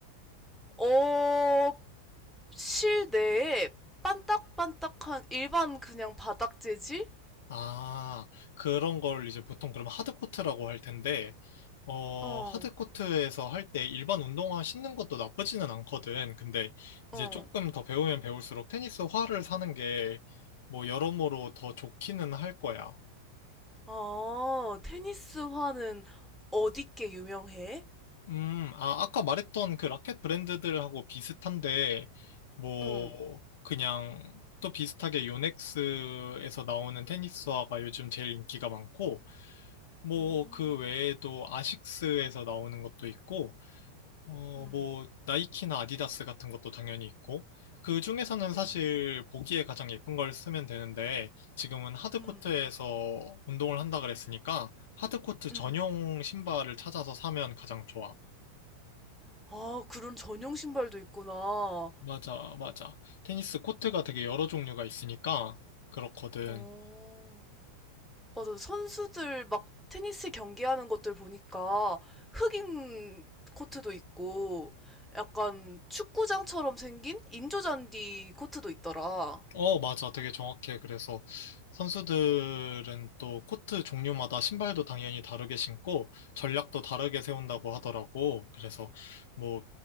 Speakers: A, in the centre; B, on the left.
A: 어, 실내에 반딱반딱한 일반 그냥 바닥 재질?
B: 아, 그런 걸 이제 보통 그럼 하드 코트라고 할 텐데, 어,
A: 어,
B: 하드코트에서 할 때 일반 운동화 신는 것도 나쁘지는 않거든. 근데
A: 어.
B: 이제 조금 더 배우면 배울수록 테니스화를 사는 게 뭐 여러모로 더 좋기는 할 거야.
A: 아, 테니스화는 어디께 유명해?
B: 음, 아, 아까 말했던 그 라켓 브랜드들하고 비슷한데, 뭐,
A: 응,
B: 그냥 또 비슷하게 요넥스에서 나오는 테니스화가 요즘 제일 인기가 많고, 뭐,
A: 음,
B: 그 외에도 아식스에서 나오는 것도 있고, 어,
A: 음,
B: 뭐, 나이키나 아디다스 같은 것도 당연히 있고, 그 중에서는 사실
A: 음,
B: 보기에 가장 예쁜 걸 쓰면 되는데, 지금은 하드코트에서
A: 음,
B: 운동을 한다 그랬으니까, 하드코트
A: 음.
B: 전용 신발을 찾아서 사면 가장 좋아.
A: 아, 그런 전용 신발도 있구나.
B: 맞아, 맞아. 테니스 코트가
A: 어,
B: 되게 여러 종류가 있으니까, 그렇거든.
A: 어. 맞아. 선수들 막 테니스 경기하는 것들 보니까 흑인 코트도 있고 약간 축구장처럼 생긴 인조잔디 코트도 있더라.
B: 어, 맞아. 되게 정확해. 그래서 선수들은 또 코트 종류마다 신발도 당연히 다르게 신고 전략도 다르게 세운다고 하더라고. 그래서 뭐